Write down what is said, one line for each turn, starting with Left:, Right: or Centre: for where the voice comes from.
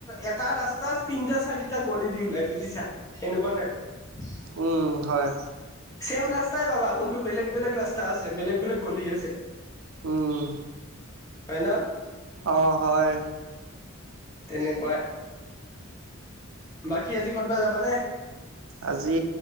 Left: এটা ৰাস্তা তিনিটা, চাৰিটা গলি দি ওলাই বুজিছা। এনেকুৱা টাইপ।
Right: উম হয়।
Left: চেম ৰাস্তাই পাবা, কোনটো বেলেগ বেলেগ ৰাস্তা আছে, বেলেগ বেলেগ গলি আছে।
Right: উম,
Left: হয় ন।
Right: অ হয়।
Left: তেনেকুৱাই‌। বাকী আজি কতবা যাবা নে?
Right: আজি